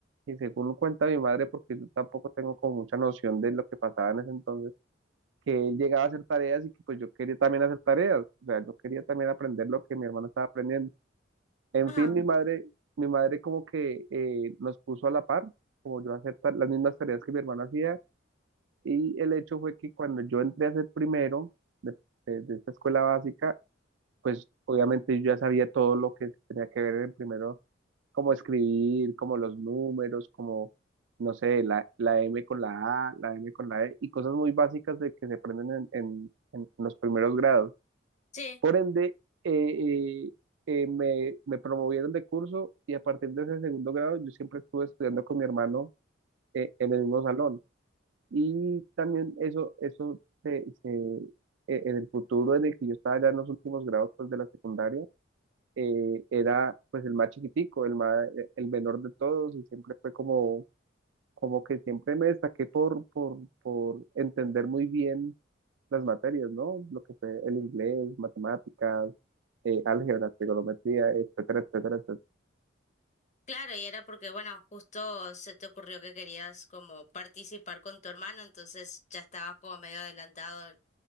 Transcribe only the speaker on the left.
Ajá.
Sí.
Claro, y era porque, bueno, justo se te ocurrió que querías como participar con tu hermano, entonces ya estabas como medio adelantado en